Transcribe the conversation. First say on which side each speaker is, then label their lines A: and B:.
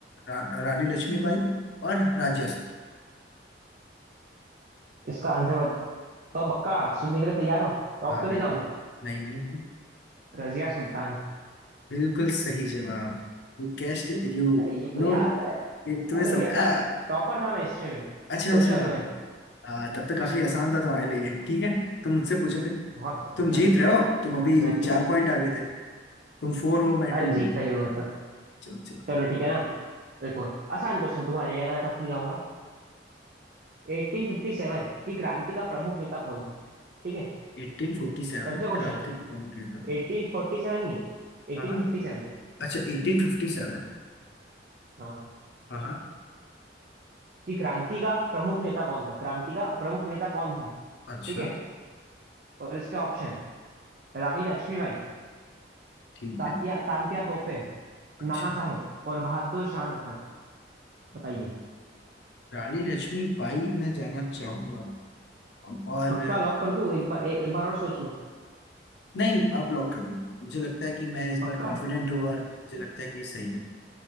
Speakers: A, on the left; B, on the right.
A: रा, रानी लक्ष्मीबाई और राज्य सत्ता
B: इसका आंसर तो बक्का सुनने के लिए तैयार हो चौक
A: हाँ
B: तो नहीं
A: बिल्कुल
B: जाओगे
A: नहीं नहीं नहीं
B: रजिया सुल्तान
A: बिल्कुल सही जवाब यू कैस्ट इट, यू
B: अरे ये तो
A: नो
B: याद है
A: ये तुम्हें
B: अरे
A: सब
B: भैया टॉ-
A: आ
B: टॉपर था मैं हिस्ट्री में
A: अच्छा
B: सोशल
A: अच्छा
B: में
A: आ, तब तो काफी आसान था तुम्हारे लिए ठीक है तुम मुझसे पूछो फिर
B: बहुत आसान
A: तुम जीत
B: था
A: रहे हो तुम अभी
B: मैं कुछ
A: चार पॉइंट आगे थे तुम फोर हो मैं
B: अरे
A: टू हूँ
B: जीतता ही हूँ मैं तो
A: चलो चलो
B: चलो ठीक है ना एक और आसान क्वेश्चन तुम्हारे लिए ज्यादा टफ नहीं जाऊंगा 1857 की क्रांति का प्रमुख नेता कौन था ठीक है
A: एटीन फोर्टी सेवन
B: सबसे क्वेश्चन
A: क्रांति को कंप्लीट करना
B: 1847 नहीं 1857
A: हाँ हाँ अच्छा एटीन फिफ्टी सेवन
B: हाँ
A: हाँ हाँ
B: कि क्रांति का प्रमुख नेता कौन था क्रांति का प्रमुख नेता कौन था
A: अच्छा
B: ठीक है और इसके ऑप्शन रानी लक्ष्मीबाई
A: ठीक
B: तात्या
A: है
B: तांत्या तोपे
A: अच्छा
B: नाना साहेब और बहादुर शाह जफर बताइए
A: रानी लक्ष्मी बाई मैं जाना चाहूंगा और
B: पक्का लॉक कर दूं एक बार एक बार और सोच लो
A: नहीं आप लॉक कर दो मुझे लगता है कि मैं इस
B: पक्का
A: बार कॉन्फिडेंट हूँ और मुझे लगता है कि सही हूँ